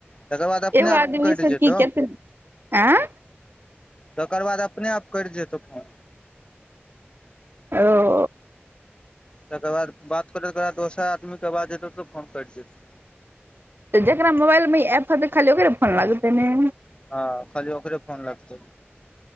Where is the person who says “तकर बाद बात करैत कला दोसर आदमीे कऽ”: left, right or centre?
Left